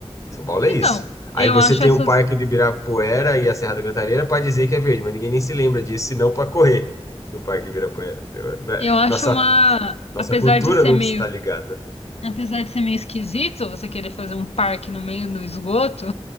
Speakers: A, on the left (about 30°); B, on the left (about 70°).
A: São Paulo é
B: Então,
A: isso. Aí
B: eu
A: você
B: acho
A: tem
B: essas,
A: o Parque do Ibirapuera e a Serra da Cantareira para dizer que é verde, mas ninguém nem se lembra disso, senão para correr no Parque do Ibirapuera. Então, né,
B: eu acho
A: Nossa,
B: uma,
A: nossa
B: apesar
A: cultura
B: de ser
A: não
B: meio,
A: está ligada.
B: apesar de ser meio esquisito você querer fazer um parque no meio do esgoto,